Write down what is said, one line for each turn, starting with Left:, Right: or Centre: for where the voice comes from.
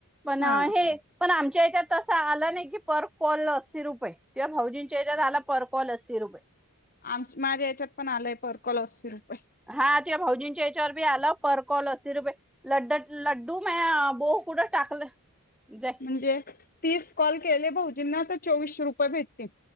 Centre: पण
Left: हा
Centre: हे पण आमच्या हच्यात तं आला नाही की पर कॉल असशी रुपये तेिव भाऊजींच्या झाला परकॉल असी रुपये
Left: आम माझ्या याच्यात पण आलंय परकॉल असशी रुपये
Centre: हा ते भाऊजींच्या याच्यावर बी आलं परकॉल अस रुपये लड्ड लड्डू म बो कुडं टाकलं ज
Left: म्हणजे तीस कॉल केले भाऊजींना तर चोवीसशे रुपये भेटतील